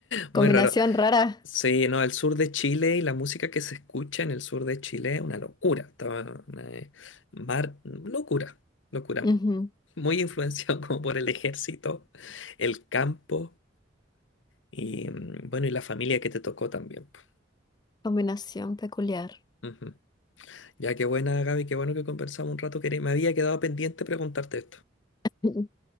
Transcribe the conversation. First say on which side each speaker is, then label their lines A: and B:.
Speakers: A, on the left (about 85°); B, on the left (about 20°).
A: muy
B: Combinación
A: raro.
B: rara.
A: Sí, no, el sur de Chile y la música que se escucha en el sur de Chile es una locura. Estaba una, eh, mar- locura, locura.
B: Ujú.
A: Muy influenciado <laughs> como por el ejército, el campo y mm, bueno, y la familia que te tocó también. po.
B: Combinación peculiar.
A: Ujú. Ya qué buena, Gaby, qué bueno que conversamos un rato, que me había quedado pendiente preguntarte esto.
B: <laughs>